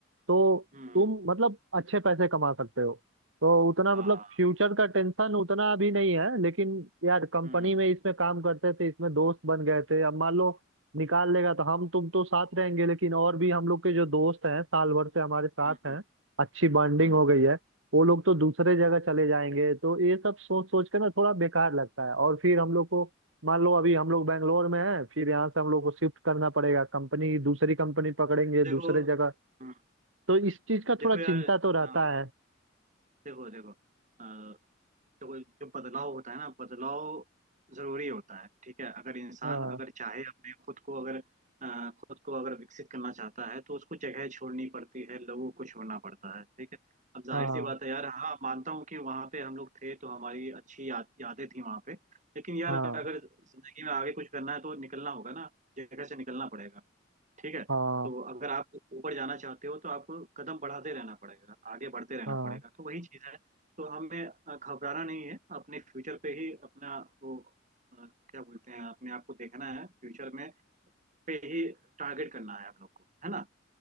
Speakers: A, on the right; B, on the right.
A: तो
B: हम्म,
A: तुम मतलब अच्छे पैसे कमा सकते हो तो उतना
B: हाँ
A: मतलब फ्यूचर का टेंशन उतना अभी नहीं है लेकिन यार कंपनी
B: हम्म
A: में इसमें काम करते थे इसमें दोस्त बन गए थे अब मान लो निकाल लेगा तो हम तुम तो साथ रहेंगे लेकिन और भी हम लोग के जो दोस्त हैं साल भर से हमारे साथ
B: हम्म हम्म,
A: हैं अच्छी बॉन्डिंग
B: हम्म।
A: हो गई है वो लोग तो दूसरे जगह चले जाएंगे तो ये सब सोच सोच के ना थोड़ा बेकार लगता है और फिर हम लोग को मान लो अभी हम लोग बैंगलोर में हैं फिर यहाँ से हम लोग को शिफ्ट करना पड़ेगा कंपनी दूसरी कंपनी पकड़ेंगे
B: देखो
A: दूसरे जगह
B: हम्म,
A: तो इस चीज का
B: देखो
A: थोड़ा चिंता
B: यार
A: तो रहता
B: हाँ
A: है
B: देखो देखो अ, देखो जो बदलाव होता है ना बदलाव जरूरी होता है ठीक है अगर इंसान
A: हाँ
B: अगर चाहे अपने खुद को अगर अ, खुद को अगर विकसित करना चाहता है तो उसको जगह छोड़नी पड़ती है लोगों को छोड़ना पड़ता है ठीक है अब जाहिर
A: हाँ
B: सी बात है यार हाँ मानता हूँ कि वहाँ पे हम लोग थे तो हमारी अच्छी याद यादें थी वहाँ पे लेकिन यार
A: हाँ
B: अगर जिंदगी में आगे कुछ करना है तो निकलना होगा ना जगह से निकलना पड़ेगा ठीक है
A: हाँ
B: तो अगर आप ऊपर जाना चाहते हो तो आपको कदम बढ़ाते रहना पड़ेगा आगे बढ़ते रहना
A: हाँ
B: पड़ेगा तो वही चीज है तो हमें अ, घबराना नहीं है अपने फ्यूचर पे ही अपना वो अ, क्या बोलते हैं अपने आप को देखना है फ्यूचर में पे ही टारगेट करना है हम लोग को है ना